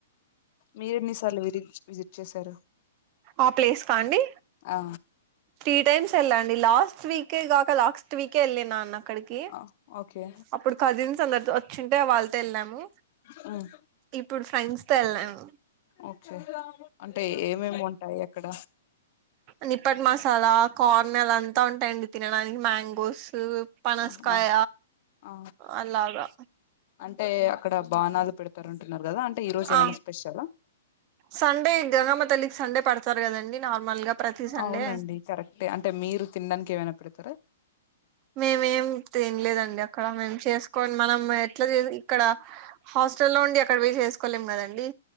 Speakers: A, on the left; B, on the right.
A: మీరెన్ని సార్లు విడిట్ విజిట్ చేశారు
B: ఆ ప్లేస్ కా అండి
A: ఆ
B: త్రీ టైమ్స్ వెళ్ళండి లాస్ట్ వీకే కాక లాక్స్ట్ వీకే వెళ్ళిన అన్న. అక్కడికి
A: ఆ! ఓకే
B: అప్పుడు కజిన్స్ అందరితో వచ్చింటే వాళ్ళ వెళ్ళాము
A: హ్మ్.
B: ఇప్పుడు ఫ్రెండ్స్ తో వెళ్ళాము
A: ఓకే అంటే ఏమేమి ఉంటాయి ఎక్కడ
B: ని పట్ మసాల కార్నలు అంతా ఉంటాయండి తినడానికి మ్యాంగోసు పనస్
A: ఆహా
B: కాయ
A: ఆ
B: అలాగా
A: అంటే అక్కడ బానాలు పెడతారు అంటున్నారు కదా అంటే ఈ రోజు
B: ఆ
A: ఏమైనా స్పెషలా
B: సండే గంగమ్మ తల్లికి సండే పడతారు కదండి నార్మల్ గా ప్రతి సండే
A: అవునండి కరెక్టే అంటే మీరు తినడానికి ఏమైనా పెడతారా
B: మేమేం తినలేదండి అక్కడ మేము చేసుకోని మనం ఎట్లా చేసి ఇక్కడ హాస్టల్లో ఉండి అక్కడ పోయి చేసుకోలేం కదండి.